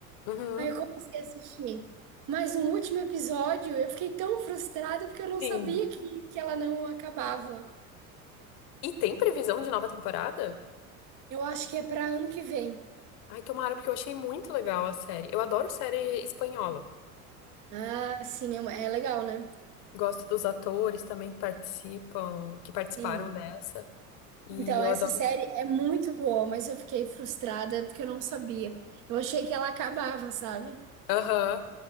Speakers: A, on the left; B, on the right.
A: Uhum.
B: Aí eu comecei a assistir. Mas no último episódio eu fiquei tão frustrada porque eu não
A: Sim.
B: sabia que, que ela não acabava.
A: E tem previsão de nova temporada?
B: Eu acho que é pra ano que vem.
A: Ai, tomara, porque eu achei muito legal a série. Eu adoro série espanhola.
B: Ah, sim, é, uma- é legal, né?
A: Gosto dos atores também que participam, que participaram
B: Sim.
A: dessa. E
B: Então,
A: eu
B: essa
A: adoro.
B: série é muito boa, mas eu fiquei frustrada porque eu não sabia. Eu achei que ela acabava, sabe?
A: Aham.